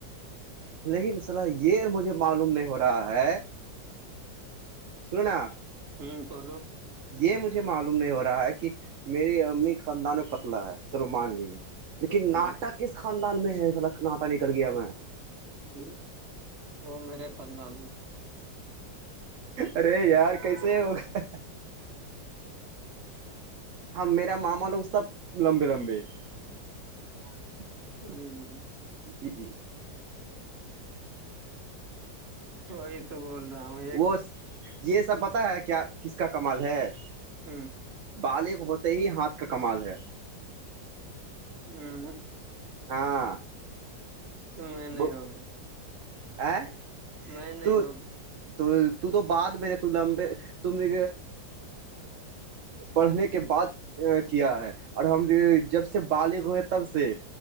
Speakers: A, on the right; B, on the right.
A: لیکن سرح یہ مجھے معلوم نہیں ہو رہا ہے سننا
B: ہوں بولو <unintelligible>
A: یہ مجھے معلوم نہیں ہو رہا ہے کہ میری امی خاندان میں پتلا ہے سلی مان لیے لیکن ناٹا
B: ہ
A: کس خاندان میں ہے ناٹا ن کر گیا میں
B: ج وہ میرے خاندان میں <unintelligible>
A: ارے یار کیسے ہوگا
B: ہ <inaudible>
A: میرا ماما لوگ سب لمبے لمبے <unintelligible>
B: <unintelligible>
A: جی جی
B: وہی تو بول رہا ہوں ایک
A: وہ یہ سب پتا ہے کیا کس کا کمال ہے
B: ہوں
A: بالغ ہوتے ہی ہاتھ کا کمال ہے
B: ہوں
A: ہاں
B: تو میں نہیں
A: وہ
B: ہوگا
A: <unintelligible>
B: میں نہیں
A: تو
B: ہو گیا
A: تو تو بعد میں نے لمبے تم نے بڑھنے کے بعد کیا ہے اور ہم جب سے بالغ ہوئے تب سے